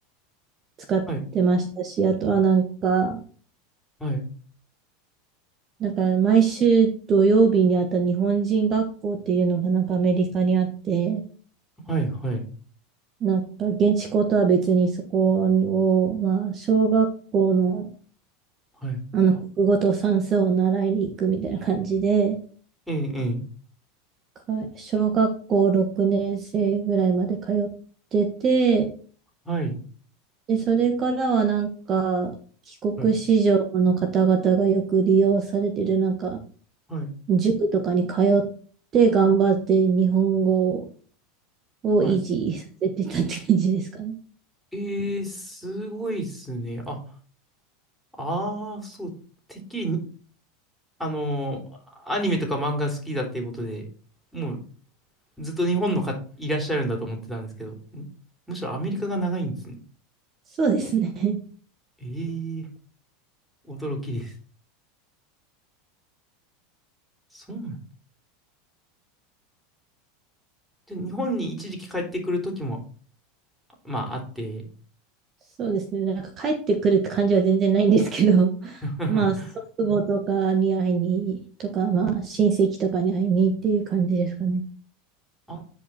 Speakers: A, on the right; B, in the centre.
A: 使ってましたし、
B: はい、
A: あとはなんか、
B: はい、
A: なんか毎週土曜日にあった日本人学校っていうのがなんかアメリカにあって、
B: はい、はい、
A: なんか現地校とは別にそこを、まあ小学校の
B: はい。
A: あの国語と算数を習いに行くみたいな感じで、
B: ええ、ええ、
A: か小学校6年生ぐらいまで通ってて、
B: はい、
A: で、それからはなんか、帰国子女の方々がよく利用されてる、
B: はい、
A: なんか、
B: はい、
A: 塾とかに通って頑張って日本語を維持させてたって感じですかね。
B: はい。えー、すごいっすね。あ、ああ、そう、てっきりにあのー、アニメとか漫画好きだっていうことで、もうずっと日本のかいらっしゃるんだと思ってたんですけど、む、むしろアメリカが長いんですね。
A: そうですね。<laughs>
B: ええ驚きです。そうなんで、日本に一時期帰ってくる時も、まああって、
A: そうですね。なんか帰ってくるって感じは全然ないんですけど、<laughs>
B: <laughs>
A: まあ、祖父母とかに会いに、とか、まあ、親戚とかに会いにっていう感じですかね。
B: ああ、